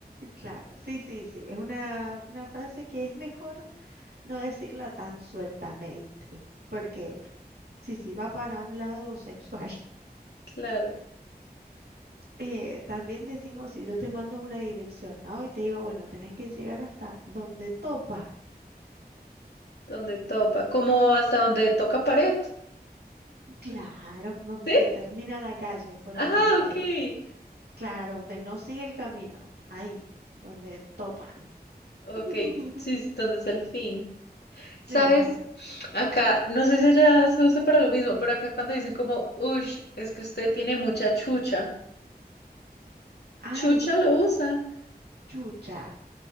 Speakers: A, on the right; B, on the left.
A: Claro, sí, sí, sí. Es una, una frase que es mejor no decirla tan sueltamente, porque sí, sí, va para un lado sexual.
B: Claro,
A: eh, también decimos, si yo te mando una dirección, ¿no? Y te digo, bueno, tenés que llegar hasta donde topa,
B: donde topa, como hasta donde toca pared.
A: claro, donde
B: ¿Sí?
A: se termina la calle, ponele,
B: Ah,
A: donde,
B: ok.
A: claro, donde no sigue el camino, ahí, donde topa.
B: Ok,
A: <laughs>
B: sí, es donde es el fin. ¿Sabes?
A: Claro.
B: Acá, no sé si ya se usa para lo mismo, pero acá cuando dicen como, ush, es que usted tiene mucha chucha.
A: Ay,
B: Chucha lo usan.
A: chucha.